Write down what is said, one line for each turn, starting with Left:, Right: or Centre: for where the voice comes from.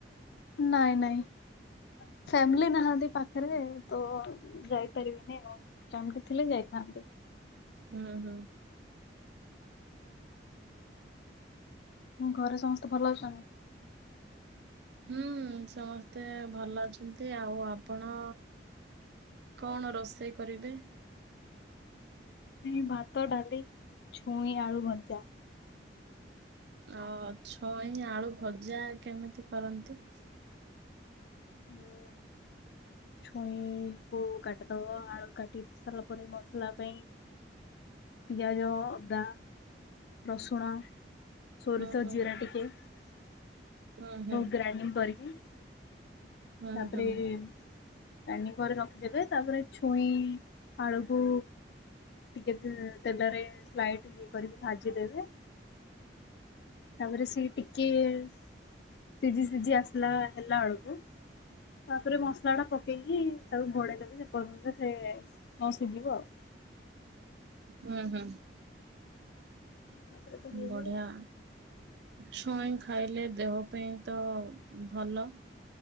Left: ନାଇଁ ନାଇଁ। ଫ୍ୟାମିଲି ନାହାନ୍ତି ପାଖରେ ତ ଯାଇପାରିବିନି ଆଉ। ଫ୍ୟାମିଲି ଥିଲେ ଯାଇଥାନ୍ତି।
Right: ହୁଁ ହୁଁ।
Left: ଘରେ ସମସ୍ତେ ଭଲ ଅଛନ୍ତି?
Right: ହୁଁ ସମସ୍ତେ ଭଲ ଅଛନ୍ତି ଆଉ ଆପଣ କଣ ରୋଷେଇ କରିବେ?
Left: ଇ ଭାତ ଡାଲି ଛୁଇଁ ଆଳୁ ଭଜା।
Right: ଅ ଛଇଁ ଆଳୁ ଭଜା କେମିତି କରନ୍ତି?
Left: ହୁଁ ଛୁଇଁ ଓଉ କାଟିଦବ ଆଳୁ କାଟି ସାରିଲା ପରେ ମସଲା ପାଇଁ ପିଆଜ, ଅଦା, ରସୁଣ ସୋରିଷ
Right: ହୁଁ ହୁଁ
Left: ଜିରା ଟିକେ ତକ୍
Right: ହୁଁ ହୁଁ
Left: ଗ୍ରାଇଣ୍ଡିଂ କରିକି
Right: ହୁଁ
Left: ତାପରେ
Right: ହୁଁ
Left: ଗ୍ରାଇଣ୍ଡିଙ୍ଗ କରି ରଖିଦେବେ ତାପରେ ଛୁଇଁ ଆଳୁକୁ ଟିକେ ତେଲରେ ସ୍ଲାଇଡ ଇଏ କରିକି ଭାଜିଦେବେ। ତାପରେ ସି ଟିକେ ସିଝି ସିଝି ଆସିଲା ହେଲା ବେଳକୁ ତାପରେ ମସଲା ଟା ପକେଇକି ତାକୁ ଘଡେଇ ଦେବେ ଯେପର୍ଯ୍ୟନ୍ତ ସେ ନ ସିଝିବ ଆଉ।
Right: ହୁଁ ହୁଁ
Left: ତାପରେ ତ ହେଇଯିବ
Right: ବଢିଆ।
Left: ଆଉ
Right: ଛୁଇଁ ଖାଇଲେ ଦେହ ପାଇଁ ତ ଭଲ।